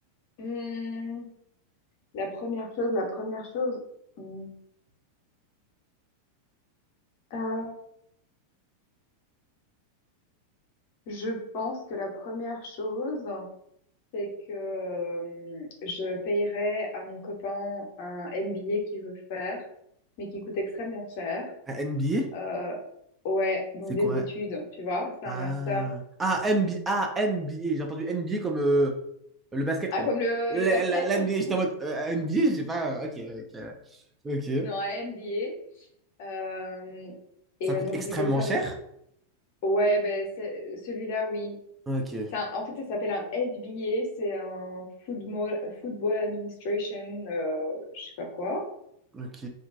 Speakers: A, on the left; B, on the right.
A: Hmm, La première chose, la première chose. hmm, euh, je pense que la première chose. c'est que euh, je payerais à mon copain un MBA qu'il veut faire, mais qui coûte extrêmement cher.
B: Un NBA?
A: Euh, ouais, donc
B: C'est
A: des
B: quoi?
A: études, tu vois, c'est
B: Ah,
A: un master.
B: ah, NBA, ah, NBA. J'ai entendu NBA comme euh, le basket
A: Ah,
B: quoi.
A: comme le,
B: La,
A: le basket?
B: la- la
A: <laughs>
B: NBA, j'étais en mode euh, NBA, j'ai pas. euh, Ok, ok. Ok.
A: Non, un MBA. Euh, et
B: Ça coûte
A: euh, donc,
B: extrêmement
A: je lui paye ça
B: cher.
A: parce que, ouais, ben, c'est- celui-là, oui.
B: Ok,
A: C'est un- en fait, ça s'appelle un FBA, c'est un Football, Football Administration, euh, je sais pas quoi.
B: ok.